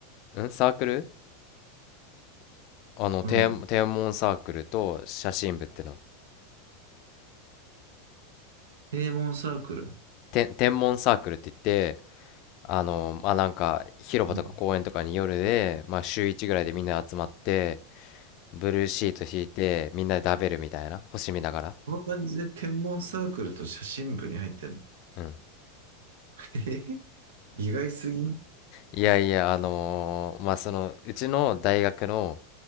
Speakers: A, on the left; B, on the right.
A: んサークルあの、天、
B: うん、
A: 天文サークルと写真部っての。
B: 天文サークル。
A: 天、天文サークルって言って、あの、まあ、なんか、広場とか公園とかに夜で、
B: うん。
A: まあ、週1ぐらいでみんな集まって、ブルーシート引いて、みんなで食べるみたいな。星見ながら。
B: この感じで天文サークルと写真部に入ってんの。
A: うん
B: <laughs> えへ意外すぎん
A: いやいや、あのーまあ、その、うちの大学の